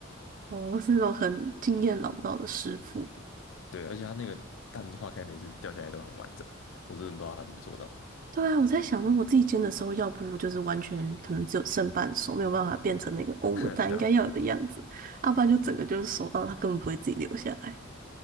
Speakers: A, on the right; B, on the left.
A: 哦，<laughs> 是那种很经验老道的师傅。
B: 对，而且他那个蛋化开每次掉下来都很完整，我真的不知道他怎么做到的。
A: 对啊，我在想，如果自己煎的时候，要不就是完全可能只有剩半熟，没有办法变成那个欧姆蛋应该要有的样子，
B: <laughs> 对啊，
A: 要不然就整个就是熟到它根本不会自己留下来。